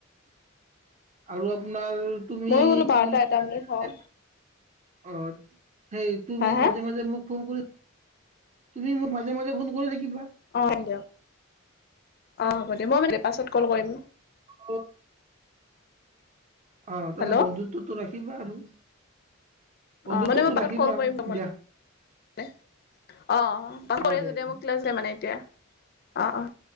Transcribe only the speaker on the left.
ময়ো বোলো বাৰটা
এটা
মানতে খাওঁ।
হা হা
অহ, হয় দিয়ক। অহ, হ'ব দিয়ক মই মানে পাছত কল কৰিম।
হেল্ল'
অহ, মানে মই পছত
কল কৰিম‌ অকমান।
মানে অহ, অহ। পছত
কল কৰি
আছোঁ।
মোৰ ক্লাছ আছে মানে এতিয়া অহ অহ।